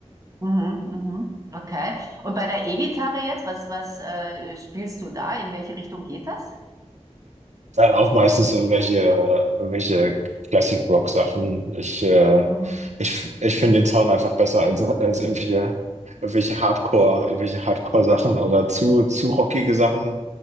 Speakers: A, on the right; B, on the right.
A: Mhm, mhm. Okay. Und bei der E-Gitarre jetzt, was, was äh, spielst du da? In welche Richtung geht das?
B: Dann auch meistens irgendwelche, irgendwelche Classic-Rock-Sachen. Ich, äh,
A: Mhm.
B: ich, ich finde den Sound einfach besser als, als irgendwelche, irgendwelche Hardcore, irgendwelche Hardcore-Sachen oder zu, zu rockige Sachen.